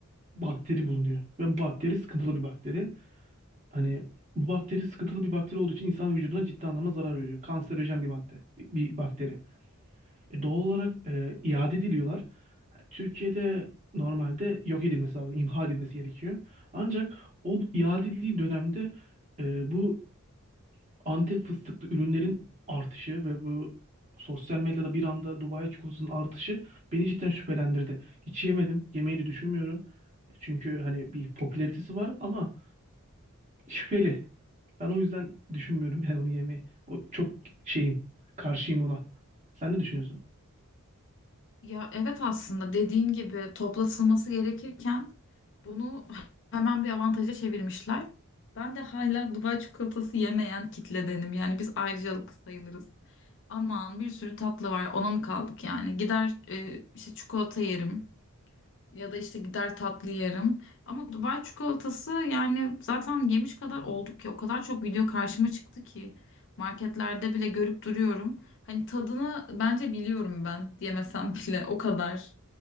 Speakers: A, on the right; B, on the left.
A: bakteri bulunuyor. Ve bu bakteri sıkıntılı bir bakteri. Hani bu bakteri sıkıntılı bir bakteri olduğu için insan vücuduna ciddi anlamda zarar veriyor. Kanserojen bir madde, bir bir bakteri. E, doğal olarak e, iade ediliyorlar. Ha, Türkiye'de normalde yok edilmesi lazım, imha edilmesi gerekiyor. Ancak o iade edildiği dönemde e, bu Antep fıstıklı ürünlerin artışı ve bu sosyal medyada bir anda Dubai çikolatasının artışı beni cidden şüphelendirdi. Hiç yemedim. Yemeyi de düşünmüyorum. Çünkü hani bir popülaritesi var ama şüpheli. Ben o yüzden düşünmüyorum yani onu yemeyi. O çok şeyim. Karşıyım ona. Sen ne düşünüyorsun?
B: Ya evet aslında dediğin gibi toplatılması gerekirken bunu hemen bir avantaja çevirmişler. Ben de hala Dubai çikolatası yemeyen kitledenim. Yani biz ayrıcalıklı sayılırız. Aman bir sürü tatlı var ona mı kaldık yani gider e, işte çikolata yerim ya da işte gider tatlı yerim ama Dubai çikolatası yani zaten yemiş kadar olduk ya o kadar çok video karşıma çıktı ki marketlerde bile görüp duruyorum hani tadını bence biliyorum ben diyemesem bile o kadar